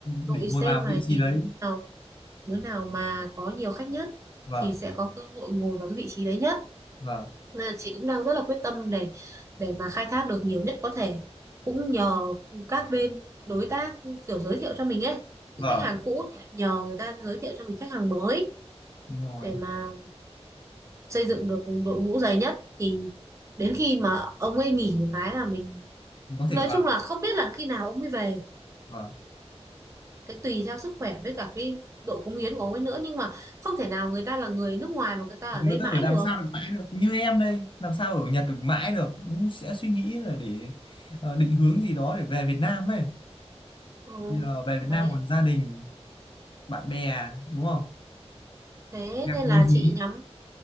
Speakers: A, on the left; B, on the right.
A: để
B: đội
A: ngồi
B: sale
A: vào
B: này
A: vị trí
B: thì
A: đấy
B: đứa nào đứa nào mà có nhiều khách nhất
A: vâng
B: thì sẽ có cơ hội ngồi vào cái vị trí đấy nhất
A: vâng
B: nên là chị cũng đang rất là quyết tâm để để mà khai thác được nhiều nhất có thể cũng nhờ các bên đối tác kiểu giới thiệu cho mình ấy những
A: vâng
B: khách hàng cũ thì lại nhờ người ta giới thiệu cho mình khách hàng mới
A: đúng rồi
B: để mà xây dựng được đội ngũ dày nhất thì đến khi mà ông ấy nghỉ một cái là mình
A: thì có
B: nói
A: thể vào
B: chung là không biết là khi nào ông ấy về
A: vâng
B: cái tùy theo sức khỏe với cả cái độ cống hiến của ông ấy nữa nhưng mà không thể nào người ta là người nước ngoài mà người ta
A: người
B: ở đây mãi
A: ta ở làm
B: được
A: sao được mãi được như em đây làm sao ở Nhật được mãi được cũng sẽ suy nghĩ là để ờ, định hướng gì đó để về Việt Nam ấy
B: ừ.
A: Bây giờ về Việt
B: đấy
A: Nam còn gia đình bạn bè đúng không
B: thế
A: em
B: nên
A: muốn
B: là
A: hướng
B: chị nhắm